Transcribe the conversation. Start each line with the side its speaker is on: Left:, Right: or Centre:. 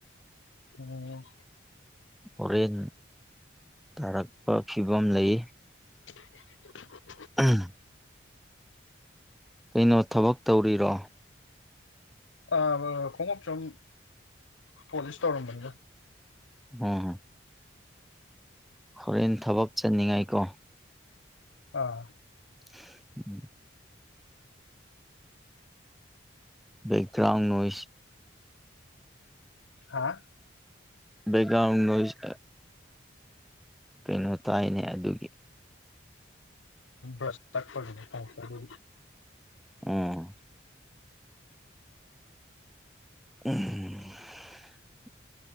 Left: ꯑꯣ
Centre: ꯍꯣꯔꯦꯟ ꯇꯥꯔꯛꯄ ꯐꯤꯕꯝ ꯂꯩ
Left: <inaudible>
Centre: ꯑꯥ ꯀꯩꯅꯣ ꯊꯕꯛ ꯇꯧꯔꯤꯔꯣ
Left: ꯑ ꯈꯣꯡꯎꯞ ꯁꯨꯝ ꯄꯣꯂꯤꯁ ꯇꯧꯔꯝꯕꯅꯤꯗ
Centre: ꯑꯣ ꯍꯣꯔꯦꯟ ꯊꯕꯛ ꯆꯠꯅꯤꯉꯥꯏꯀꯣ
Left: ꯑꯥ
Centre: <inaudible> ꯕꯦꯛꯒ꯭ꯔꯥꯎꯟ ꯅꯣꯢꯁ
Left: ꯍꯥꯥ
Centre: ꯕꯦꯛꯒ꯭ꯔꯥꯎꯟ ꯅꯣꯢꯁ ꯇ ꯀꯩꯅꯣ ꯇꯥꯏꯅꯦ ꯑꯗꯨꯒꯤ
Left: ꯕ꯭ꯔꯁ ꯇꯛꯄ <inaudible> ꯑꯗꯨꯒꯤ
Centre: ꯑꯣ <inaudible>